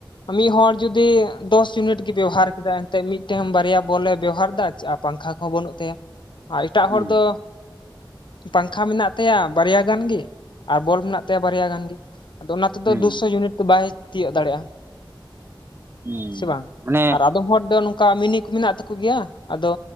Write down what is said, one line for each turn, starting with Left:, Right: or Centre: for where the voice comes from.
Left: ᱢᱤᱫ ᱦᱚᱲ ᱡᱩᱫᱤᱼᱼ ᱫᱚᱥ ᱭᱩᱱᱤᱴ ᱜᱮ ᱵᱮᱣᱦᱟᱨ ᱠᱮᱫᱟᱭ ᱮᱱᱛᱮᱜ, ᱢᱤᱫᱴᱮᱱ ᱵᱟᱨᱭᱟ ᱵᱚᱞ ᱮ ᱵᱮᱣᱦᱟᱨ ᱮᱫᱟᱭ ᱪᱮ ᱟ ᱯᱟᱝᱠᱷᱟ ᱠᱚᱦᱚᱸ ᱵᱟᱹᱱᱩᱜ ᱛᱟᱭᱟ᱾ ᱟᱨ ᱮᱴᱟᱜ
Right: ᱦᱩᱸ
Left: ᱦᱚᱲ ᱫᱚᱼᱼ ᱯᱟᱝᱠᱷᱟ ᱢᱮᱱᱟᱜ ᱛᱟᱭᱟ ᱵᱟᱨᱭᱟ ᱜᱟᱱ ᱜᱤ, ᱟᱨ ᱵᱚᱞ ᱢᱮᱱᱟᱜ ᱛᱟᱭᱟ ᱵᱟᱨᱭᱟ ᱜᱟᱱ ᱜᱤ᱾ ᱟᱫᱚ ᱚᱱᱟ ᱛᱮᱫᱚ
Right: ᱦᱩᱸ
Left: ᱫᱩ ᱥᱚ ᱭᱩᱱᱤᱴ ᱫᱚ ᱵᱟᱭ ᱛᱤᱭᱟᱹᱜ ᱫᱟᱲᱮᱜ-ᱟ᱾
Right: ᱦᱩᱸ
Left: ᱥᱮ ᱵᱟᱝ
Right: ᱢᱟᱱᱮ
Left: ᱟᱨ ᱟᱫᱚᱢ ᱦᱚᱲ ᱫᱚ ᱱᱚᱝᱠᱟ ᱢᱤᱱᱤ ᱠᱩ ᱢᱤᱱᱟᱜ ᱛᱟᱹᱠᱩ ᱜᱮᱭᱟ, ᱟᱫᱚ